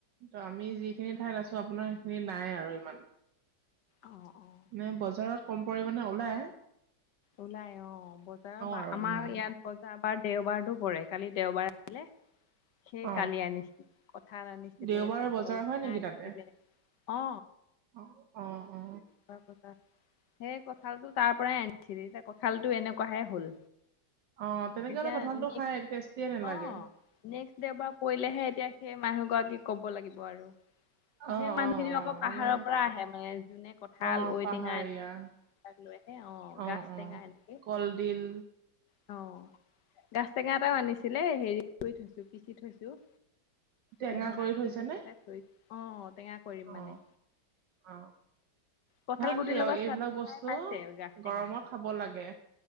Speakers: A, on the right (about 70°); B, on the left (about 65°).
A: ত' আমি যিখিনি ঠাইত আছো আপোনাৰ সেইখিনি নাই আৰু ইমান।
B: অঁ অঁ
A: নে বজাৰত কম পৰিমাণে ওলায়।
B: ওলাই অ বজাৰ বা
A: আৰু
B: আমাৰ
A: উম
B: ইয়াত বজাৰ বাৰ দেওবাৰতো পৰে কালি দেওবাৰ আছিলে। সেই
A: অ
B: কালি আনিছিল কঠাল আনিছিলে
A: দেওবাৰে
B: তাৰপিছত
A: বজাৰ
B: ঔটেঙা
A: হয় নেকি
B: আনিছিলে,
A: তাতে
B: অ
A: অ অ অ
B: পকা পকা, সেই কঁঠালটো তাৰ পৰাই আনিছিল এতিয়া কঁঠালটো এনেকুৱাহে হল।
A: অ তেনেকে
B: এতিয়া
A: হলে কঁঠালটো
B: নেক্স
A: খাই টেষ্টিয়ে নালাগে।
B: অ নেক্সট দেউবাৰ পৰিলেহে এতিয়া সেই মানুহ গৰাকীক ক'ব লাগিব আৰু,
A: অ
B: সেই মানুহ
A: অ
B: খিনি
A: অ
B: আকৌ পাহাৰৰ
A: মানে
B: পৰা আহে মানে যোনে ক, ঠাল
A: অ
B: ঔটেঙা
A: পাহাৰীয়া
B: এনেবিলাক লৈ আহে অঁ
A: অ
B: গাাজ টেঙা
A: অ
B: এনেকে,
A: কলডিল
B: অ গাছ টেঙা এটাও আনিছিলে হেৰি কৰি থৈছো, পিচি থৈছো।
A: টেঙা
B: পিহনাত
A: কৰি থৈছেনে
B: পিহুকেইটা থৈ, অ টেঙা কৰিম
A: অ
B: মানে।
A: অ,
B: কঁঠাল
A: ভাল
B: গুটিৰ
A: দিয়ক
B: লগত
A: এইবিলাক
B: চাট
A: বস্তু
B: খাই পাইছে গাছ টেঙা
A: গৰমত খাব লাগে।